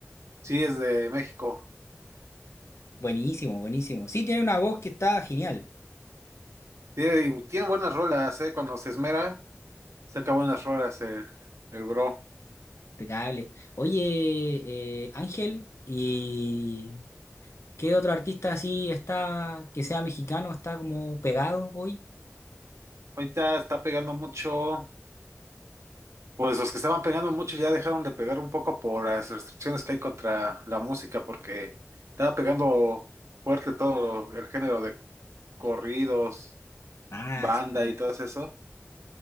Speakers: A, on the right; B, on the left.
A: Sí, es de México.
B: buenísimo, buenísimo. Sí, tiene una voz que está genial,
A: Tiene, tiene buenas rolas, ¿eh? Cuando se esmera, saca buenas rolas el, el bro.
B: impecable. Oye, eh, Ángel, ¿y qué otro artista así está, que sea mexicano, está como pegado hoy?
A: Ahorita está pegando mucho. Pues los que estaban pegando mucho ya dejaron de pegar un poco por las restricciones que hay contra la música, porque estaba pegando fuerte todo el género de corridos,
B: Ah,
A: banda
B: sí.
A: y todo eso,